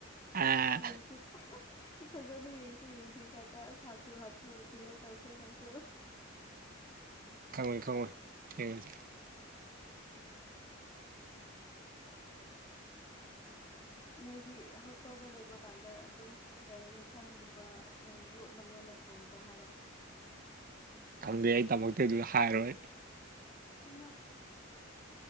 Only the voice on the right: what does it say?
ꯑꯥ
ꯈꯪꯉꯣꯏ ꯈꯪꯉꯣꯏ ꯌꯦꯡ
ꯈꯪꯗꯦ ꯑꯩ ꯇꯝꯃꯛꯇꯦ ꯑꯗꯨꯗ ꯍꯥꯏꯔꯣꯏ